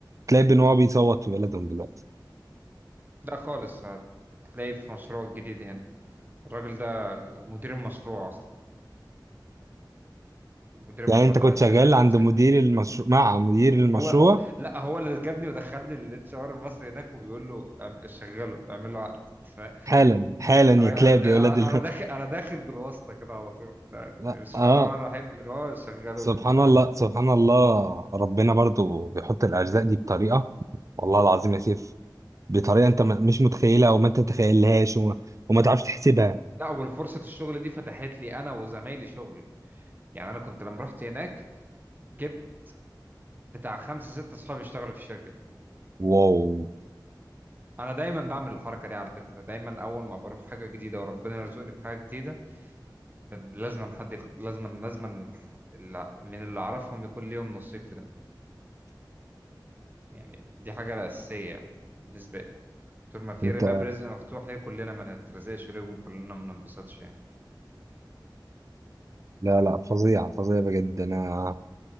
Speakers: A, on the right; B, on the right.
A: تلاقي بنوا بيصوت في بلدهم دلوقتي
B: لا خالص هتلاقيه في مشروع جديد هنا الراجل ده مدير المشروع اصلا مدير المشروع
A: يعني انت
B: تبع
A: كنت
B: الشركه
A: شغال
B: الفرنسيه
A: عند مدير المشروع مع مدير المشروع
B: هو هو لا هو اللي جابني ودخلني الاتش ار المصري هناك وبيقول له أعم- شغله اعمل له عقد فانا
A: حالا حالا يا
B: انا
A: كلاب يا ولاد ال...
B: أنا داخل انا داخل بالواسطه كده على طول تمام
A: <laughs> لا
B: بسم
A: اه
B: الله الرحمن الرحيم اللي هو شغله
A: سبحان
B: تمام
A: الله سبحان الله ربنا برضو بيحط الارزاق دي بطريقه والله العظيم يا سيف بطريقه انت م- مش متخيلها او ما تتخيلهاش وما, وما تعرفش تحسبها
B: لا والفرصه الشغل دي فتحت لي انا وزمايلي شغل يعني انا كنت لما رحت هناك جبت بتاع خمسه سته اصحابي يشتغلوا في الشركه دي
A: واو
B: انا دايما بعمل الحركه دي على فكره دايما اول ما بروح حاجه جديده وربنا يرزقني في حاجه جديده ب- لازما حد ياخد لازما لازما ال- من اللي اعرفهم يكون ليهم نصيب في ده يعني دي حاجة أساسية بالنسبة لي طول ما في
A: انت
B: باب رزق مفتوح ليه كلنا ما نترزقش ليه وكلنا ما ننبسطش يعني
A: لا لا فظيع فظيع بجد انا